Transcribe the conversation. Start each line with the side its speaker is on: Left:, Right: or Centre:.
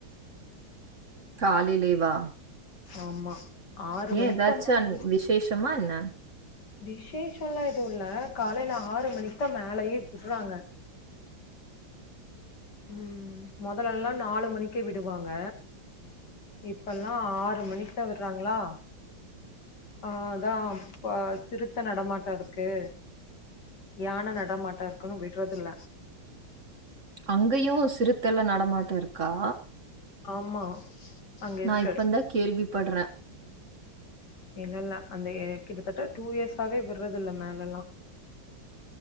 Right: காலைலேவா
Left: ஆமா ஆறு மணிக்தா
Right: ஏதாச்சும்
Left: <unintelligible>
Right: அன்- விசேஷமா என்ன
Left: விசேஷம்ல்லா எதும் இல்ல காலைல ஆறு மணிக்கு தா மேலயே விடுறாங்க ம் மொதல்லல்லா நாலு மணிக்கே விடுவாங்க இப்பல்லா ஆறு மணிக்கு தா விடுறாய்ங்களா ஆ அதான் இப்ப சிறுத்த நடமாட்டோ இருக்கு யான நடமாட்டோ இருக்குனு விடுறதுல்ல
Right: அங்கயு சிறுத்தல்லா நடமாட்ட இருக்கா
Left: ஆமா அங்க
Right: நா
Left: இருக்கு
Right: இப்பந்தா கேள்விபடுறே
Left: இல்ல இல்ல அந்த எ கிட்டத்தட்ட டூ இயர்ஸாவே விடுறதுல்ல மேலல்லா